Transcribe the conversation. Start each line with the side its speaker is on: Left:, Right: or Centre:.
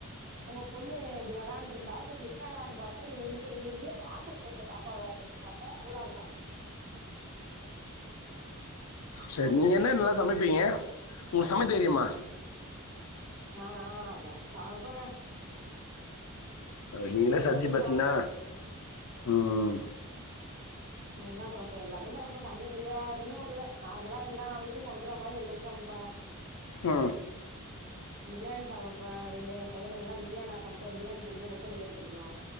Right: உங்க பொண்ணு இப்டி வெளாண்டு இருந்தா சரி என்னடான்னு பாத்தா எந்து எங்க எங்கேயே பாத்துருக்கோமே இந்த பாப்பாவ அப்டின்டு பாத்தா இவளா இருக்கா அப்புறம்
Left: செரி நீங்க என்னன்லா
Right: கூப்ட்டு
Left: சமைப்பீங்க உங்களுக் சமைக்க தெரியுமா
Right: நானா நா சமேப்பேங்க
Left: நீங்கல்லா
Right: ஏதோ
Left: சலிச்சு
Right: ஓரளவுக்கு
Left: பேசுனா
Right: சமைப்பேன்.
Left: ம்
Right: என்ன சமப்பே எல்லாமே சமப்பே சமக்க தெரியாதுன்னு ஒண்ணுல்ல நார்மலா எல்லா வீட்லயு சமைக்கிற மாரி எல்லாத்தையு சமப்பே
Left: ஆ
Right: பிரியாணி சமப்ப இல்ல ஏ பையனுக்குல்லா பிரியாணி நா சமச்சா பிரியாணி புடிக்கு முட்ட பிரியாணி புடிக்கு